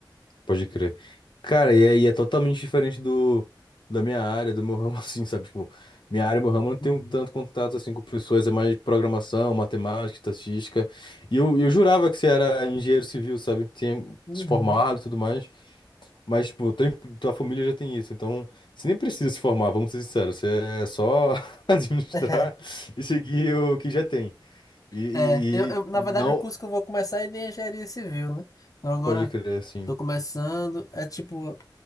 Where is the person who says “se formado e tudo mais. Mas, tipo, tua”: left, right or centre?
Left